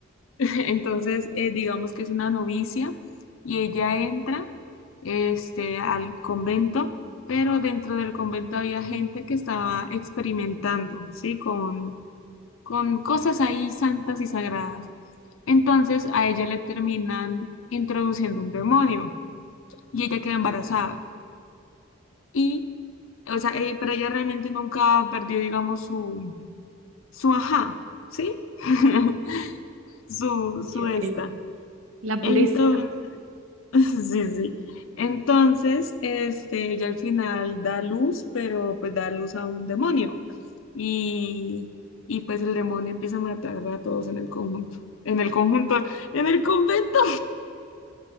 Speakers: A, on the left; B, on the right.
A: <laughs> entonces eh, digamos que es una novicia y ella entra este, al convento, pero dentro del convento había gente que estaba experimentando, ¿sí? Con, con cosas ahí santas y sagradas. Entonces a ella le terminan introduciendo un demonio y ella queda embarazada. Y, o sea, eh, pero ella realmente nunca perdió, digamos, su, su ajá, ¿sí? <laughs> Su,
B: Ok,
A: su esta.
B: La pureza.
A: Entonces, <laughs> sí, sí. Entonces, este, ella al final da luz, pero pues da luz a un demonio. Y, y pues el demonio empieza a matar a todos en el conjunto. En el conjunto, en el convento.